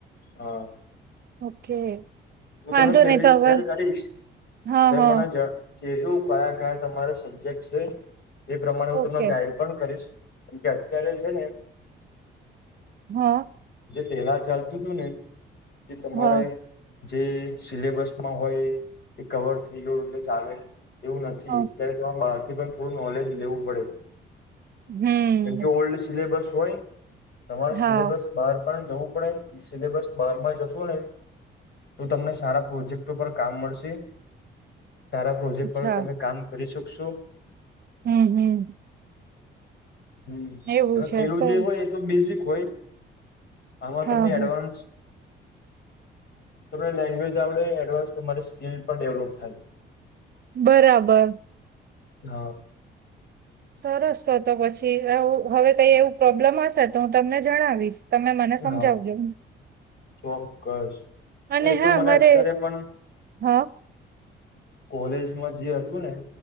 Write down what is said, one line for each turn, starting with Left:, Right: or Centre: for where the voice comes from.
Left: હા
Right: ઓકે.
Left: હું
Right: વાંધો
Left: તમને પ્લેલિસ્ટ
Right: નહી તો હવે
Left: શેર કરીશ
Right: હા
Left: તો
Right: હા
Left: મને ઝડપથી કે જો કયા, કયા તમારો સબ્જેક્ટ છે. એ પ્રમાણે
Right: ઓકે
Left: હું તમને ગાઈડ પણ કરીશ કે અત્યારે છે. ને
Right: હા.
Left: જે પેલા ચાલતું હતું ને, તમારે
Right: હા
Left: જે સિલેબસમાં હોય એ કવર થઈ ગયુ એટલે ચાલે એવું નથી,
Right: હા
Left: અત્યારે તમારે બહાર થી પણ થોડું નોલેજ લેવું પડે
Right: હમ
Left: જેમ કે, ઓલ્ડ સિલેબસ હોય તમારા
Right: હા
Left: સિલેબસ બહાર પણ જવું પડે સિલેબસ બહાર માં જશું ને તો, તમને સારા પ્રોજેક્ટ પર કામ મળશે? સારા પ્રોજેક્ટ
Right: અચ્છા
Left: પર, તમે કામ કરી શકશો
Right: હમ
Left: હમ
Right: એવું
Left: એ
Right: છે
Left: પેલું
Right: સારું
Left: જે હોય એ તો બેઝિક હોય આમાં
Right: હા
Left: તમે
Right: હા
Left: એડવાન્સ તને લેંગ્વેજ આવડે એડવાન્સ તમારી સ્કીલ પણ ડેવલોપ થાય
Right: બરાબર
Left: હા
Right: સરસ તો, પછી હવે કઈ એવું પ્રોબ્લેમ હશે, તો હું તમને જણાવીશ તમે મને સમજાવજો
Left: હા ચોક્કસ
Right: અને
Left: એતો
Right: હા
Left: મને
Right: મારે
Left: અત્યારે પણ
Right: હા.
Left: કોલેજમાં જે હતું ને